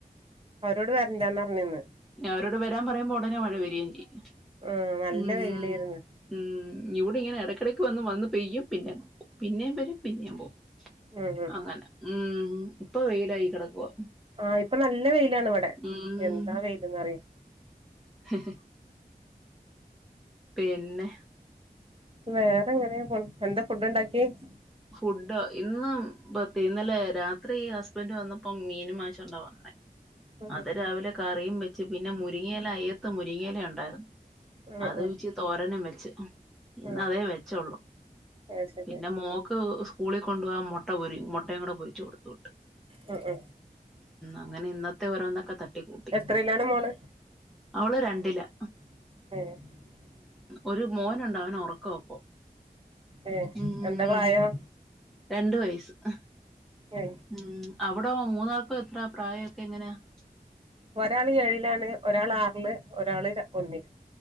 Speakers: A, on the right; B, in the centre.
A: അവരോട് വരണ്ടാന്ന് പറഞ്ഞീന്ന്
B: ഇനീ അവരോട് വരാം പറയുമ്പോ ഉടനെ മഴ വരേം ചെയ്യും.
A: ആ നല്ല
B: ഉം
A: വെയിലായിരുന്നു
B: ഉം ഉം. ഇവിടെ ഇങ്ങനെ എടക്കെടക്ക് വന്ന് പെയ്യു പിന്നെ പിന്നേ വരും പിന്നേം പോവും
A: ഉം ഉം
B: അങ്ങന ഉം പ്പൊ വെയ്ലായ്ക്ക്ണ് പ്പൊ
A: ആഇപ്പൊ നല്ല വെയിലാണ് ഇവിടെ.
B: ഉം
A: എന്താ വെയില്ന്നറിയൊ
B: ഹ് ഹ് പിന്നെഹ്
A: വേറെ എങ്ങനെയ പോണ് എന്താ ഫുഡ് ണ്ടാക്കി <inaudible>
B: ഫുഡ് ഇന്നും <unintelligible> ഇന്നലെ രാത്രി ഹസ്ബൻഡ് വന്ന പ്പം മീനും വാങിചോണ്ട വന്നേ...
A: ഉം
B: അത് രാവിലെ കറിയും വെച്ച്, പിന്നെ മുരിങ്ങയില അയ്യ <unintelligible> മുരിങ്ങയില ഉണ്ടായിരുന്നു.
A: ഉം ഉം
B: അത്
A: ഉം
B: പിച്ചി തോരനും വെച്ച് <inaudible> ഇന്ന്
A: ഉം
B: അതേ വെച്ചോള്ളു.
A: അത് ശരി
B: പിന്നെ മോൾക്ക് ഉ സ്കൂളി കൊണ്ടുപോവാൻ മൊട്ട പൊരി മൊട്ടേം കൂടെ പൊരിച്ചു കൊടുത്തൂ
A: ആ ആ
B: അങ്ങനെ ഇന്ന ത്ത് ഓരോന്നൊക്കെ തട്ടിക്കൂട്ടി
A: എത്രയിലാണ് മോള്
B: അവള് രണ്ടിലാ..
A: <unintelligible>
B: ഒരു മോന കൊണ്ട്, അവനൊറക്കവാ ഇപ്പൊ
A: ഏ
B: ഉം
A: എന്താ പ്രായം?
B: രണ്ട് വയസ്സ്. ആ
A: ഏ
B: ഉം അവിടോം മൂന്നാൾക്കുഎത്ര പ്രായൊക്കെ എങ്ങനെയാണ്?
A: ഒരാള് ഏഴിലാണ്. ഒരാളാറില്, ഒരാള് ര ഒന്നില്.